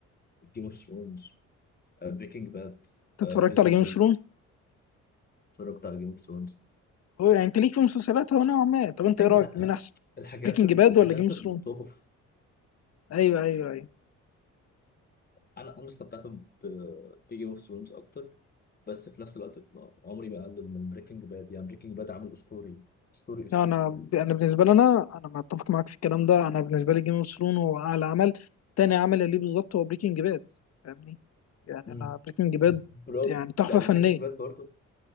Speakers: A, on the left (about 30°); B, on the left (about 55°).
A: جيم اوف ثرونز بريكنج باد
B: انت اتفرجت
A: بريزون
B: على جيم
A: بريك
B: اوف ثرون
A: اتفرجت على جيم اوف ثرونز
B: هو يعني انت ليك في المسلسلات هو نوعا ما طب انت
A: ايوه
B: ايه رايك
A: لا
B: مين احسن
A: الحاجات
B: بريكنج
A: الحاجات
B: باد ولا جيم اوف
A: التوب
B: ثرون
A: اوف
B: ايوه ايوه أيوه.
A: انا انا استمتعت بجيم اوف ثرونز اكتر بس في نفس الوقت عمري ما اقلل من بريكنج باد يعني بريكنج باد عامل اسطوري اسطوري اسطوري
B: لا، انا
A: يعني
B: انا بالنسبه لي انا انا متفق معاك في الكلام ده انا بالنسبه لي جيم اوف ثرون هو اعلى عمل تاني عمل ليه بالظبط هو بريكنج باد فاهمني يعني
A: مم.
B: انا بريكنج باد
A: برو
B: يعني تحفه
A: يعني
B: فنيه
A: بريكنج باد برضه